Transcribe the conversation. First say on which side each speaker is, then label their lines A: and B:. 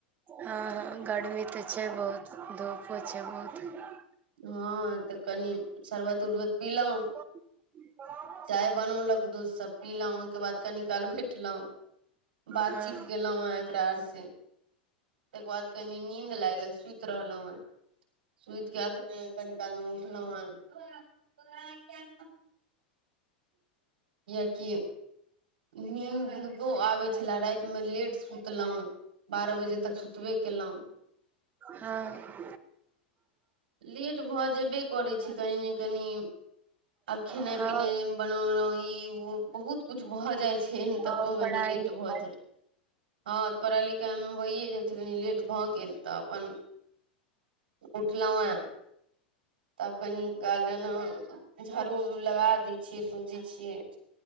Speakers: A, on the right; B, on the right.
A: हँ हँ गर्मी तऽ छै बहुत धूपो छै बहुत
B: हँ तऽ कनि शरबत उरबत पीलहुँं
A: ह <inaudible>
B: चाय बनौलक दूधसभ पीलहुँ ओहिके बाद कनी काल बैठलहुँ बातचीत
A: हँ
B: केलहुॅं हें एकरा आर से तेकर बाद कनी नींद लागल सुति रहलहुँ हें सुति के अखने कनी काल मे उठलौं हें कियेकी इवनिंगबो आबै छले राति मे लेट सुतलहुं बारह बजे तक सुतबे केलहुँ
A: हँ
B: लेट भऽ जेयबे करै छै कनि ने कनि आब खेनाइ
A: हँ
B: पिनाइ बनौल ई ओ बहुत कुछ भऽ जाइ छै तहन त
A: हँ
B: कहबेन
A: पढ़ाइ
B: कनी लेट
A: लिखाइ
B: भऽ जाय <unintelligible> हँ तऽ पढ़ाइ लिखाइमे होइए जाइ छै कनि लेट भऽ गेल तऽ अपन उठलहुँ हें तब कनिना झाड़ू उड़ू लगा दै छियै सोचे छियै